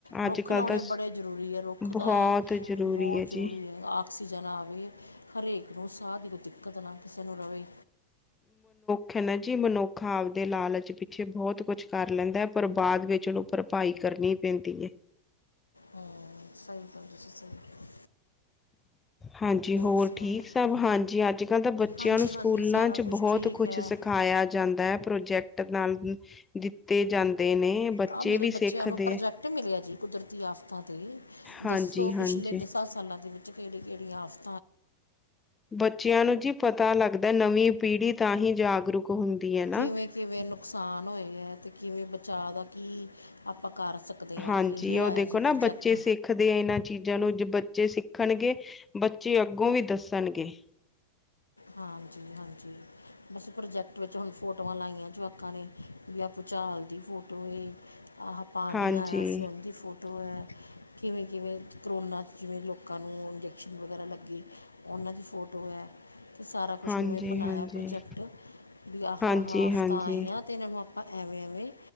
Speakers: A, on the left (about 80°); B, on the left (about 15°).
A: ਰੁੱਖ
B: ਅੱਜ ਕੱਲ
A: ਲਾਉਣੇ
B: ਤਾਂ
A: ਬੜੇ ਜ਼ਰੂਰੀ ਹੈ ਰੁੱਖ
B: ਬਹੁਤ
A: ਤਾਂ
B: ਜ਼ਰੂਰੀ
A: ਬਹੁਤ
B: ਜੀ
A: ਜ਼ਰੂਰੀ ਹੈ ਆਕਸੀਜਨ ਆਵੇ ਹਰੇਕ ਨੂੰ ਸਾਹ ਦੀ ਕੋਈ ਦਿੱਕਤ ਕੱਟਣਾ ਕਿਸੇ ਨੂੰ ਰਵੇ।
B: ਖ ਜੀ ਮਨੁੱਖ ਆਪਦੇ ਲਾਲਚ ਪਿੱਛੇ ਬਹੁਤ ਕੁਛ ਕਰ ਲੈਂਦਾ ਹੈ ਪਰ ਬਾਅਦ ਵਿੱਚ ਉਹਨੂੰ ਭਰਪਾਈ ਕਰਨੀ ਪੈਂਦੀ ਹੈ।
A: ਹਾਂ ਸਹੀ ਕਿਹਾ ਜੀ ਸਹੀ ਕਿਹਾ।
B: ਹਾਂਜੀ ਹੋਰ
A: ਸੁਣਾਓ
B: ਠੀਕ ਸਭ ਹਾਂਜੀ ਅੱਜ ਕੱਲ੍ਹ ਤਾਂ ਬੱਚਿਆਂ
A: ਹਾਂਜੀ
B: ਨੂੰ ਸਕੂਲਾਂ
A: ਹਾਂਜੀ ਸਾਰਾ
B: ਚ
A: ਕੁਛ
B: ਬਹੁਤ
A: ਠੀਕ
B: ਕੁਛ
A: ਹੈ
B: ਸਿਖਾਇਆ ਜਾਂਦਾ ਹੈ ਪ੍ਰੋਜੈਕਟ ਨਾਲ ਦਿੱਤੇ ਜਾਂਦੇ ਨੇ ਬੱਚੇ
A: ਆਹ ਮੇਰੇ
B: ਵੀ
A: ਬੱਚਿਆਂ
B: ਸਿੱਖਦੇ
A: ਨੂੰ ਪ੍ਰੋਜੈਕਟ ਮਿਲਿਆ ਜੀ ਕੁਦਰਤੀ ਆਫ਼ਤਾਂ ਤੇ
B: ਹਾਂਜੀ
A: ਦੱਸੋ
B: ਹਾਂਜੀ
A: ਪਿਛਲੇ ਦਸਾਂ ਸਾਲਾਂ ਦੇ ਵਿੱਚ ਵਿੱਚ ਕਿਹੜੀਆਂ ਕਿਹੜੀਆਂ ਆਫਤਾ
B: ਬੱਚਿਆਂ ਨੂੰ ਜੀ ਪਤਾ ਲੱਗਦਾ ਨਵੀਂ ਪੀੜ੍ਹੀ ਤਾਂ ਹੀ ਜਾਗਰੂਕ ਹੁੰਦੀ ਹੈ ਨਾ।
A: ਕਿਵੇਂ ਕਿਵੇਂ ਨੁਕਸਾਨ ਹੋਏ ਹੈ ਤੇ ਕਿਵੇਂ ਬੇ ਚਾਹ ਦਾ ਕੀ ਆਪਾਂ ਕਰ ਸਕਦੇ ਹਾਂ
B: ਹਾਂਜੀ
A: ਇਹ
B: ਉਹ
A: ਆਇਆ
B: ਦੇਖੋ
A: ਜੀ
B: ਨਾ
A: ਪ੍ਰੋਜੈਕਟ
B: ਬੱਚੇ ਸਿੱਖਦੇ ਆ ਇਹਨਾਂ ਚੀਜ਼ਾਂ ਨੂੰ ਜੇ ਬੱਚੇ ਸਿੱਖ ਸਿੱਖਣਗੇ ਬੱਚੇ ਅੱਗੋਂ ਵੀ ਦੱਸਣਗੇ।
A: ਹਾਂਜੀ ਹਾਂਜੀ ਬਸ ਪ੍ਰੋਜੈਕਟ ਵਿੱਚ ਹੁਣ ਫੋ ਆਟੋਆਂ ਲਾਈਆਂ ਜੁਵਾਕਾਂ ਨੇ ਵੀਆ ਭੂਚਾਲ ਦੀ ਫੋਟੋ ਹੈਏ ਅਹ ਪਾਣੀ
B: ਹਾਂਜੀ,
A: ਆਇਆ ਸੀ ਉਹਦੀ ਫੋਟੋ ਐ। ਕਿਵੇਂ ਕਿਵੇਂ ਕਰੋਨਾ 'ਚ ਜਿਵੇਂ ਲੋਕਾਂ ਨੂੰ ਇੰਜੈਕਸ਼ਨ ਵਗੈਰਾ ਲੱਗੀ ਉਹਨਾਂ ਦੀ ਫੋਟੋ ਐ ਸਾਰਾ ਕੁਛ
B: ਹਾਂਜੀ,
A: ਉਵੇ ਬਣਾਇਆ
B: ਹਾਂਜੀ।
A: ਪ੍ਰੋਜੈਕਟ ਵੀ ਆਹ
B: ਹਾਂਜੀ,
A: -ਆਹ ਹਫ਼ਤਾ
B: ਹਾਂਜੀ,
A: ਆਈਆਂ ਅਤੇ ਇਹਨਾਂ ਨੂੰ ਆਪਾਂ ਐਵੇਂ ਐਵੇਂ